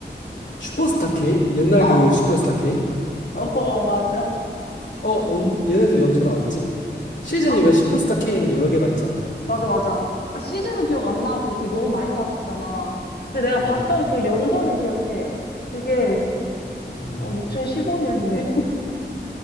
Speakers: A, on the left; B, on the left.
A: 슈퍼스타 K? 옛날
B: 어!
A: 그 슈퍼스타 K?
B: <laughs> 어, 맞아.
A: 어, 언, 얘네들이 언제 나왔지? 시즌이
B: 아,
A: 왜 슈퍼스타 K는 여러 개가 있잖아.
B: 맞아, 맞아. 아, 시즌은 기억 안 나고 그게 너무 많이 나왔었잖아. 근데 내가
A: 음,
B: 봤던 그 연도는 기억해. 그게,
A: 음.
B: 어, 2015년이네.